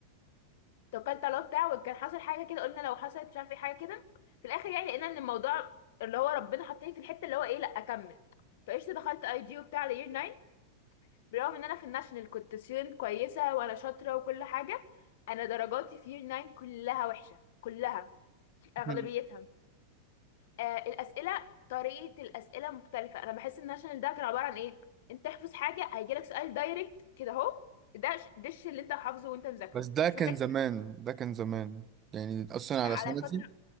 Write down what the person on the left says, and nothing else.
توكلت على الله بتاع وكان حصل حاجة كده قلنا لو حصلت مش عارفة ايه حاجة كده في الآخر يعني لقينا إن الموضوع اللي هو ربنا حطني في الحتة اللي هو إيه لأ أكمل فقشطة دخلت أي جي وبتاع على يير 9 برغم إن أنا في الناشونال كنت ستودنت كويسة وأنا شاطرة وكل حاجة أنا درجاتي في يير 9 كلها وحشة كلها أغلبيتها
آه الاسئله طريقه الاسئله مختلفه انا بحس ان ناشونال ده كان عباره عن ايه انت احفظ حاجه هيجيلك سؤال دايركت كده اهو ده ش- ده الش اللي انت حافظه وانت مذاكره
مش
محتاج
تفهم
على
الفتره